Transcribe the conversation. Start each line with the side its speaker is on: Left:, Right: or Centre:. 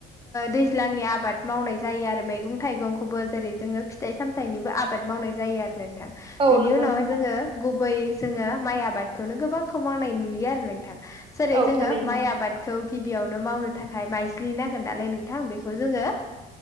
Left: दैज्लांनि आबाद मावनाय जायो आरो मैगं थाइगंखौबो जेरै जोङो फिथाइ सामथाय फिथाइनिबो आबाद मावनाय जायो आरो नोंथां
Right: औ
Left: बेनि
Right: नंगौ
Left: उनावहाय
Right: नोंथां
Left: जोङो गुबैयै जोङो माइ आबादखौनो गोबांखौ मावनाय नुयो आरो नोंथां जेरै
Right: औ
Left: जोङो
Right: थारैनो
Left: माइ आबादखौ गिबियावनो मावनो थाखाय माइ फिसिनांगोन नालाय नोंथां बेखौ जोङो